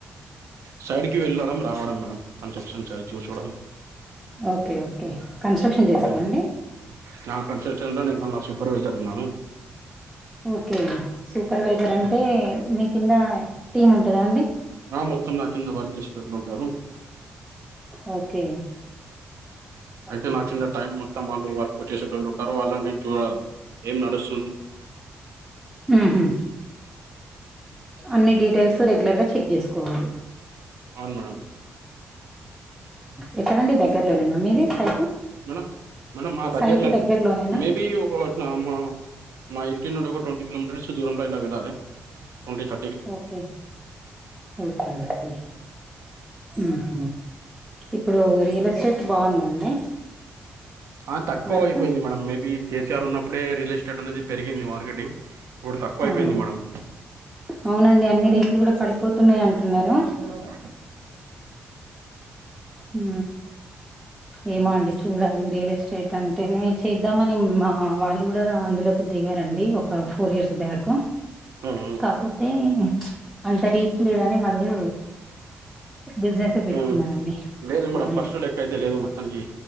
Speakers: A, on the right; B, in the centre.
A: సైడ్ కి వెళ్ళడం రావడం మేడం కన్స్ట్రక్షన్స్ అవి చూసుకోవడం
B: ఓకే ఓకే కన్స్ట్రక్షన్ చేస్తారండి
A: ఉమ్. నా కన్స్ట్రక్షన్ లో నేను అల్ల సూపర్వైజర్ ఉన్నాను
B: ఓకే సూపర్వైజర్ అంటే
A: ఉమ్.
B: మీ కింద టీం ఉంటదా అండి
A: ఆ మొత్తం నా కింద వర్క్ చేసేటోల్లు ఉంటరు
B: ఓకే
A: అయితే
B: హుహు.
A: నాకింద టైం మొత్తం వాళ్ళు వర్క్ చేసేట్టోలు ఉంటారు వాళ్ళని నేను చూడాలి ఏం నడుస్
B: ఊహూ అన్నీ డీటెయిల్స్ రెగ్యులర్ గా చె చెక్ చేసుకోవాలి
A: అవును మేడం
B: ఎక్కడండి దగ్గరలోనేనా మీది సైటు
A: మేడం మేడం మా దగ్గర్లోనే
B: సైట్ దగ్గరలోనేనా?
A: మే బీ ఒక నా మా మా ఇంటి నుండి ఒక టొంటీ కిలోమీటర్స్ దూరం లో ఇలా వెళ్ళాలి టొంటీ త
B: ఓకే ఓకే ఓకే ఊహూ ఇప్పుడు రియల్ ఎస్టేట్ బావుందండి
A: ఆ తక్కువ
B: వర్క్?
A: అయిపోయింది madam maybe K see are ఉన్నప్పుడే రియలెస్ టేట్ అనేది పెరిగింది మార్కెటింగ్ ఇప్పుడు తక్కువ అయిపోయింది
B: అవును.
A: మేడం
B: అవునండి. అన్ని
A: మములుగా
B: రేట్లు గూడా
A: అన్నీ
B: పడిపోతున్నాయి
A: రేట్లు కూడా సరిపోతున్నాయి
B: అంటున్నారు.
A: అనుకున్నారా
B: ఊ ఏమో
A: మ్మ్.
B: అండి చూడాలి రియల్ ఎస్టేట్ అంటేనే చేద్దామని మా వాళ్ళు గూడా అందులోకి దిగారండి ఒక ఫోర్ ఇయర్స్ బ్యాక్
A: మ్మ్.
B: కాపోతే అంత రీచ్ లేదని మళ్ళీ బిజినెస్ ఏ పెట్టుకున్నారండి
A: మ్మ్. లేదు
B: హుహు.
A: మేడం ఫస్ట్ లెక్క అయితే లేదు మొత్తానికి